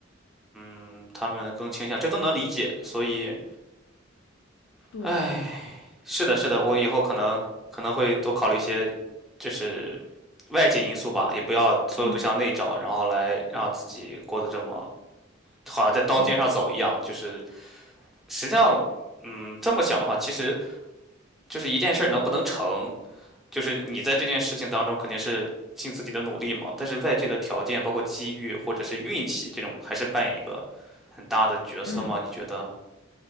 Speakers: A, in the centre; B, on the left.
A: 嗯，他们更倾向，这都能理解。所以，
B: 对，
A: 哎，是的，是的，我以后可能可能会多考虑一些，就是外界因素吧，也不要所有都向内找，
B: 嗯
A: 然后来让自己过得这么好像在刀尖上走一样，
B: 嗯
A: 就是实际上。嗯，这么想的话，其实就是一件事儿能不能成，就是你在这件事情当中肯定是尽自己的努力嘛，但是外界的条件，包括机遇或者是运气，这种还是扮演一个很大的角色吗？
B: 嗯。
A: 你觉得？